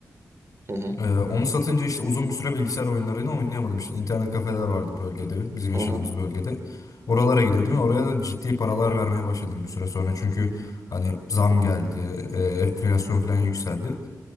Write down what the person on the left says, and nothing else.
Ee, onu satınca işte uzun bir süre bilgisayar oyunlarını oynayamadım. İşte internet kafeler vardı bölgede, bizim yaşadığımız
bölgede. Oralara gidiyordum ve oraya da ciddi paralar vermeye başladım bir süre sonra. Çünkü hani zam geldi, e, enflasyon falan yükseldi.